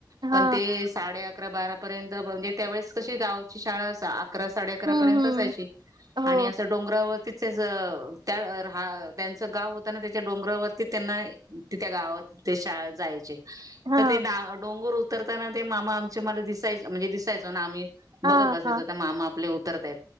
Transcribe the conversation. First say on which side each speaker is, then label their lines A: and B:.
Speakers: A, on the right; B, on the right.
A: पण
B: हा
A: ते साडे अकरा बारा पर्यंत, म्हणजे त्यावेळेस कशी गावची शाळा असा अकरा साडे अकरा
B: हम्म
A: पर्यंत
B: हम्म
A: जायची
B: हो
A: आणि असं डोंगरावर तिच त्या ह त्यांचं गाव होताना त्याच्या डोंगरावरती त्यांना त्या गावात, ते शाळेत जायचे.
B: हा
A: तर ते डा डोंगर उतरताना ते मामा आमचे मला दिसायच म्हणजे दिसायचो ना आम्ही. बघत
B: हा
A: बसायच
B: हा
A: त्या मामा आपले उतरताय